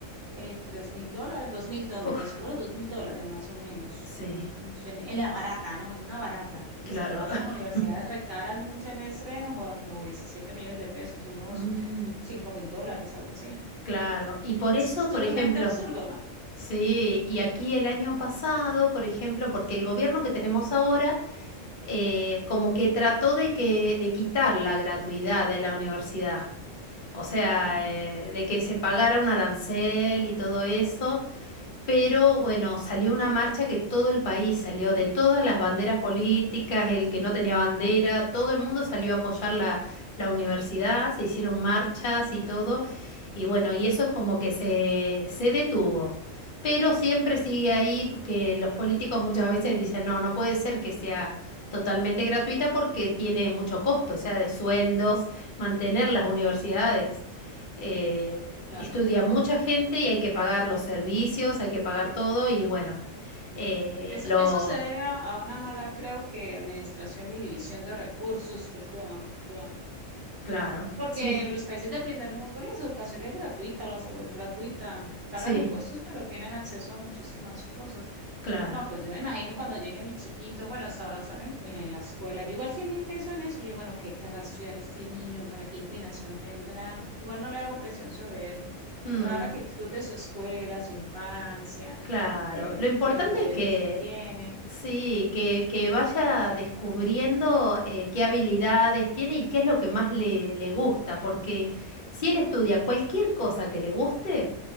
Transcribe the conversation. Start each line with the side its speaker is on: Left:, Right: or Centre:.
Right: eh, tres mil dólares, dos mil dólares,
Left: Uf.
Right: te aseguro 2 mil dólares más o menos.
Left: Sí,
Right: Un, un seme- en la barata, ¿no? En una barata, porque
Left: claro.
Right: si te vas
Left: <laughs>
Right: a las universidades recaras un semestre, no joda, como 17 millones de pesos, unos
Left: Mm,
Right: cinco mil dólares, algo así.
Left: claro. Y por
Right: Es,
Left: eso,
Right: es totalmente
Left: por ejemplo,
Right: absurdo, ¿no?
Left: sí, y aquí el año pasado, por ejemplo, porque el gobierno que tenemos ahora eh, como que trató de que, de quitar la gratuidad de la universidad. O sea,
Right: Mm,
Left: eh, de que se pagara un arancel y todo eso. Pero bueno, salió una marcha que todo el país salió, de todas las banderas políticas, el que no tenía bandera, todo el mundo salió a apoyar la, la universidad, se hicieron marchas y todo. Y bueno, y eso es como que se, se detuvo. Pero siempre sigue ahí que los políticos muchas veces dicen, no, no puede ser que sea totalmente gratuita porque tiene mucho costo, o sea, de sueldos, mantener las universidades. Eh,
Right: sí, claro.
Left: Estudia mucha gente y hay que pagar los servicios, hay que pagar todo y bueno, eh,
Right: Eso,
Left: lo...
Right: eso se debe a, a una mala, creo que, administración y división de recursos que tienen.
Left: Claro,
Right: Porque
Left: sí,
Right: los países del primer mundo la educación es gratuita, la salud es gratuita, pagan
Left: sí,
Right: impuestos, pero tienen acceso a muchísimas cosas.
Left: claro.
Right: No, pues yo me imagino cuando llegue mi chiquito, bueno, hasta ahora están en, en- en la escuela. Yo igual siempre pienso en eso, yo, bueno, ¿qué querrá estudiar este niño? ¿Para qué inclinación tendrá? Igual no le hago presión sobre eso.
Left: Mm,
Right: Por ahora que disfrute su escuela, su infancia,
Left: claro.
Right: el-
Left: Lo importante
Right: el- los deberes
Left: es que,
Right: que tiene,
Left: sí, que, que vaya descubriendo eh, qué habilidades tiene y qué es lo que más le, le gusta, porque si él estudia cualquier cosa que le guste,